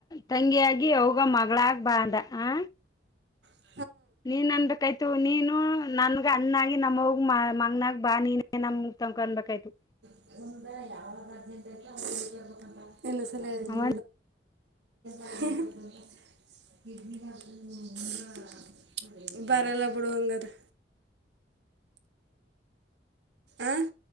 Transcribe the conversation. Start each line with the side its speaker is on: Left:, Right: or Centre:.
Left: ತಂಗಿಯಾಗಿ ಅವ್ಗ ಮಗಳಾಗ್ ಬಾ ಅಂದ ಆ.
Right: ಹೌ
Left: ನೀನ್ ಅನ್ಬೇಕಾಯ್ತು ನೀನು ನನ್ಗ ಅಣ್ಣಾಗಿ ನಮ್ಮವ್ಗ್ ಮಾ ಮಗನಾಗ್ ಬಾ ನೀನ್ ನಮ್ ಮುಕ್ ತೊಕೊನ್ಬೇಕಾಯ್ತು.
Right: <unintelligible> ತಗಳದ ಹದ್ನೈದ್ ಬೇಕು <unintelligible> ಇನ್ನು ಸಲಯ ತಿ
Left: ಅವನ್
Right: <unintelligible> <unintelligible> ಬರಲ್ಲ ಬುಡುವಂಗದ್ರ. ಆ